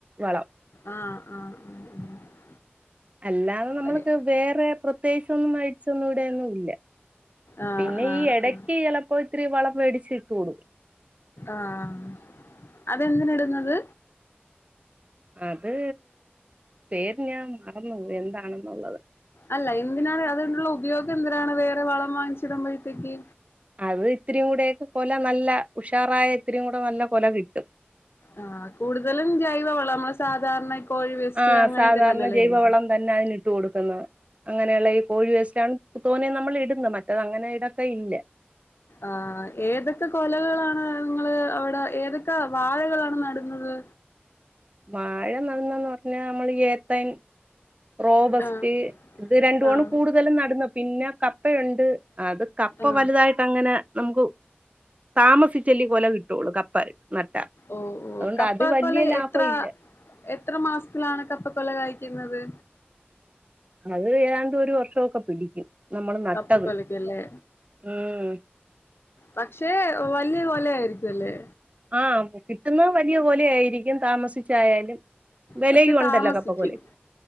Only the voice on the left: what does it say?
ആഹ് ആഹ് ആഹ് ആഹ്
അതെ.
ആഹ്
ആഹ്
ആഹ അതെന്തിന ഇടുന്നത്
അല്ല എന്തിനാണ്, അതുകൊണ്ട്ള്ള ഉപയോഗം എന്തിനാണ്, വേറെ വളം വാങ്ങിച്ചിടുമ്പഴത്തേയ്ക്ക്?
ആഹ്, കൂടുതലും ജൈവവളം, സാധാരണ കോഴി വേസ്റ്റ്
അങ്ങനെയൊക്കെ
തന്നെയല്ലേ
ഇടുന്നെ?
ആഹ്, ഏതൊക്കെ കൊലകളാണ് നിങ്ങള് അവിടെ, ഏതൊക്കെ വാഴകളാണ് നടുന്നത്?
ആഹ്
ആഹ്
ആഹ്
ഓഹ് ഓഹ്.
കപ്പ
കൊല്
എത്രാ
എത്ര മാസത്തിലാണ് കപ്പക്കൊല കായ്ക്കുന്നത്?
കപ്പക്കൊലക്കല്ലേ
പക്ഷേ, വല്യ കൊലയായിരിക്കു അല്ലേ?
പക്ഷെ
താമസിക്കും